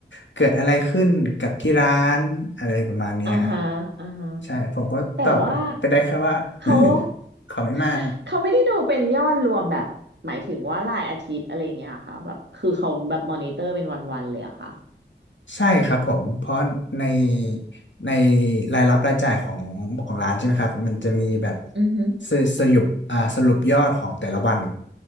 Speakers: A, on the left (about 85°); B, on the right (about 70°).
A: เกิดอะไรขึ้นกับที่ร้านอะไรประมาณเนี้ยฮะ
B: อ่าฮะอ่าฮะ
A: ใช่ผมก็ตอบไปได้แค่ว่า
B: แต่ว่าเขา
A: <laughs> เขาไม่มา
B: <laughs> เขาไม่ได้ดูเป็นยอดรวมแบบหมายถึงว่ารายอาทิตย์อะไรอย่างเงี้ยเหรอค่ะแบบคือเขาแบบมอนิเตอร์เป็นวันๆเลยเหรอะค่ะ
A: ใช่ครับผมเพราะในในรายรับรายจ่ายของของร้านใช่ไหมครับมันจะมีแบบ
B: อือหือ
A: สสรุปอ่าสรุปยอดของแต่ละวัน